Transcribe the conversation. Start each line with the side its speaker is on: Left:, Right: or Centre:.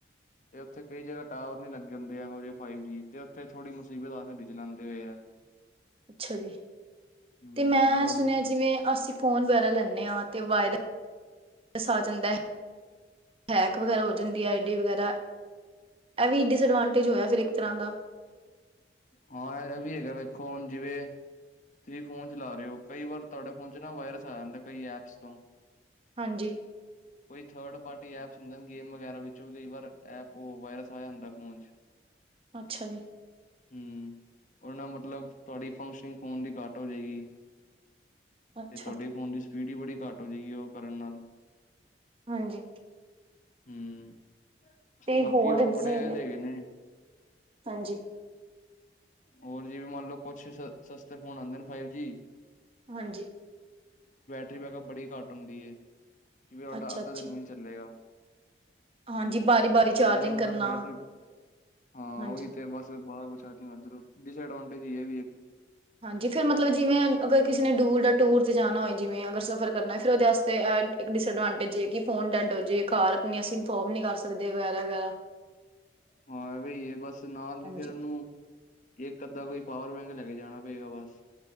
Left: ਤੇ ਉੱਥੇ ਕਈ ਜਗਾਹ ਟਾਵਰ। ਨੀ ਲੱਗ ਹੁੰਦੇ ਇਹੋ ਜਿਹੇ ਫਾਈਵ ਜੀ, ਤੇ ਉੱਥੇ ਥੋੜੀ ਮੁਸੀਬਤ ਆ ਨੇਟ ਚਲਾਨ। <unintelligible>
Right: ਅੱਛਾ ਜੀ,
Left: ਹੂੰ
Right: ਤੇ ਮੈਂ
Left: ਮਤਲਬ
Right: ਸੁਨਿਆ ਜਿਵੇਂ ਅਸੀ ਫੋਨ ਵਗੈਰਾ ਲੈਂਨੇਂਆਂ ਤੇ ਵਾਇ। ਸ ਆ ਜਾਂਦਾ ਏ, ਹੈਕ ਵਗੈਰਾ ਹੋ ਜਾਂਦੀ ਹੈ ਆਈ ਡੀ ਵਗੈਰਾ, ਇਹ ਵੀ ਡਿਸਐਡਵਾਂਟੇਜ ਹੋਇਆ ਫਿਰ ਇੱਕ ਤਰਹਾਂ ਦਾ।
Left: ਹਾਂ ਇਹ ਵੀ ਹੈਗਾ ਵੇਖੋ ਹੁਨ ਜਿਵੇਂ, ਤੁਸੀ ਫੋਨ ਚਲਾ ਰਹੇ ਹੋ ਕਈ ਵਾਰ ਤੁਹਾਡੇ ਫੋਨ ਚ ਨਾ ਵਾਇਰਸ ਆ ਜਾਂਦਾ ਕਈ ਐਪਸ ਤੋਂ।
Right: ਹਾਂਜੀ।
Left: ਕੋਈ ਥਰਡ ਪਾਰਟੀ ਐਪਸ ਹੁੰਦੇ ਨੇਂ ਗੇਮ ਵਗੈਰਾ, ਓਹਦੇ ਵਿਚੋ ਵੀ ਕਈ ਵਾਰ ਐਪ ਓਹ ਵਾਇਰਸ ਆ ਜਾਂਦਾ ਏ ਫ਼ੋਨ ਚ।
Right: ਅੱਛਾ ਜੀ।
Left: ਹਮ ਉਹ ਨਾ ਮਤਲਬ। ਤੁਹਾਡੀ ਫੰਕਸ਼ਨਿੰਗ ਫੋਨ ਦੀ ਘੱਟ ਹੋ ਜੇਗੀ।
Right: ਅੱਛਾ
Left: ਤੇ ਤੁਹਾਡੇ ਫੋਨ ਦੀ ਸ। ਸਪੀਡ ਬੀ ਬੜੀ ਘੱਟ ਹੋ ਜੇਗੀ ਉਹ ਕਰਨ ਨਾਲ।
Right: ਹਾਂਜੀ।
Left: ਹਮ।
Right: ਤੇ
Left: ਬਾਕੀ ਹੋਰ
Right: ਜਿਵੇਂ
Left: ਬੜੇ ਹੈਦੇਗੇ ਨੇ।
Right: ਹਾਂਜੀ।
Left: <unintelligible> ਹੋਰ ਜੀ ਵੀ ਮੰਨ ਲਓ ਕੁਛ ਸ ਸਸਤੇ ਫੋਨ ਆਉਂਦੇ ਨੇ ਫਾਈਵ ਜੀ।
Right: ਹਾਂਜੀ।
Left: ਰੀ ਬੈਕਅਪ ਬੜੀ ਘੱਟ ਹੁੰਦੀ ਐ। ਜਿਵੇਂ ਤੁਹਾਡਾ
Right: ਅੱਛਾ
Left: ਅੱਧਾ
Right: ਅੱਛਾ
Left: ਦਿਨ ਵੀ ਨੀ ਚੱਲੇਗਾ।
Right: ਹਾਂਜੀ
Left: ਹਮ
Right: ਬਾਰੀ ਬਾਰੀ ਚਾਰਜਿੰਗ
Left: ਅਰੇ ਮਤਲਬ
Right: ਕਰਨਾ
Left: ਬੈਟਰੀ ਹਾਂ
Right: ਹਾਂਜੀ
Left: ਉਹੀ ਤੇ ਬਸ ਬਾਹਲਾ ਕੁਛ। <unintelligible> ਅੰਦਰੋਂ। ਡਿਸਐਡਵਾਂਟੇਜ ਹੀ ਹੈ ਵੀ ਇੱਕ।
Right: ਹਾਂਜੀ ਫਿਰ ਮਤਲਬ ਜਿਵੇਂ ਅਗਰ ਕਿਸੇ ਨੇ ਦੂਰ ਦਾ ਟੂਰ ਚ ਜਾਣਾ ਹੋ ਜਿਵੇਂ ਅਗਰ ਸਫਰ ਕਰਨਾ ਫਿਰ ਉਹਦੇ ਵਾਸਤੇ ਇੱਕ ਡਿਸਐਡਵੈਂਟੇਜ ਐ ਕਿ ਫੋਨ ਡੈਡ ਹੋ ਜੇ ਘਰ ਵੀ ਨਹੀਂ ਅਸੀਂ ਇਨਫੋਰਮ ਵੀ ਨਹੀਂ ਕਰ ਸਕਦੇ ਵਗੈਰਾ ਵਗੈਰਾ।
Left: ਹਾਂ ਇਹ ਐ ਵੀ ਏ ਬਸ ਨਾਲ
Right: ਹਾਂਜੀ
Left: ਫ਼ੇਰ ਉਹਨੂੰ ਇੱਕ। ਅੱਧਾ ਕੋਈ ਪਾਵਰ ਬੈਂਕ ਲੈ ਕੇ ਜਾਣਾ ਪਏਗਾ ਬਸ।